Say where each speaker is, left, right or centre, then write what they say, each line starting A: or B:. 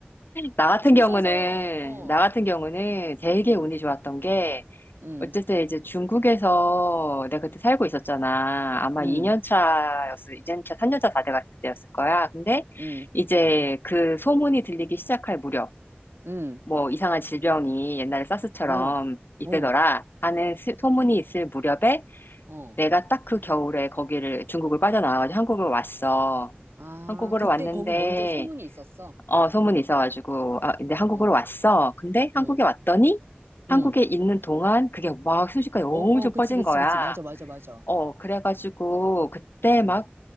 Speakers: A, on the left (about 60°); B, on the right (about 75°).
A: 나 같은
B: 줄
A: 경우는,
B: 서서 어.
A: 나 같은 경우는 되게
B: 음.
A: 운이 좋았던 게
B: 음.
A: 어쨌든 이제 중국에서 내가 그때 살고 있었잖아. 아마
B: 음.
A: 2년 차였어 이 년 차, 3년 차 다 돼갔을 때였을 거야. 근데
B: 음.
A: 이제 그 소문이 들리기 시작할 무렵,
B: 음.
A: 뭐 이상한 질병이 옛날에 사스처럼
B: 어.
A: 있대더라
B: 어.
A: 하는 스- 소문이 있을 무렵에
B: 어.
A: 내가 딱 그 겨울에 거기를 중국을 빠져나와가지고 한국을 왔어.
B: 아,
A: 한국으로
B: 그때
A: 왔는데
B: 거기 먼저 소문이 있었어.
A: 어, 소문이 있어가지고, 아, 근데 한국으로
B: 어.
A: 왔어. 근데
B: 어.
A: 한국에 왔더니, 한국에
B: 응.
A: 있는 동안 그게 막 순식간에 엄청
B: 어, 어, 그치,
A: 퍼진
B: 그치,
A: 거야.
B: 그치. 맞아, 맞아, 맞아.
A: 어, 그래가지고, 그때
B: 응.
A: 막,